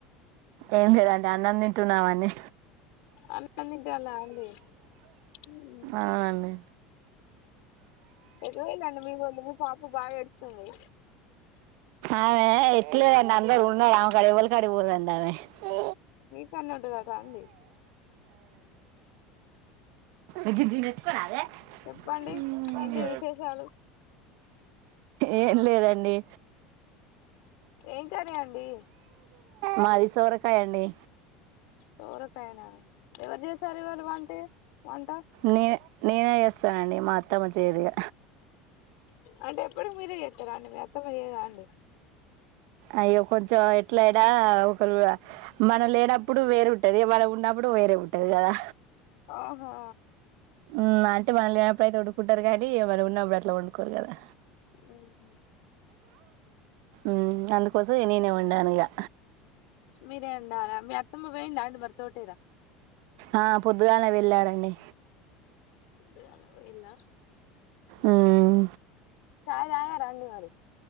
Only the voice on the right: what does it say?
ఏం లేదండి అన్నం తింటున్నామండి
అవునండి
ఆమె ఇట్లే అందరు ఉన్నారు ఎవరి కాడికి పొందండి ఆమె ఊ
ఇది దీని ఎత్తులో రావే
మ్మ్
ఏం లేదండి
మాది సోరకాయ అండి
నేనే నేనే చేస్తానండి మా అత్తమ్మ చైదు ఇగ
అయ్యో కొంచెం ఎట్లయినా ఒకరు మనం లేనప్పుడు వేరుంటది మనం ఉన్నప్పుడు ప్పుడు వేరే ఉంటది కదా
మ్మ్ అంటే మల్లా పొయ్యేదపుడు కుంటారు కదండి మనం ఉన్నప్పుడు అట్లా వండుకోరు కదా
ఉమ్ అందుకోసం ఇగ నేనే వండాను ఇగా
ఆ పొద్దుగాలే వెళ్ళారండి
మ్మ్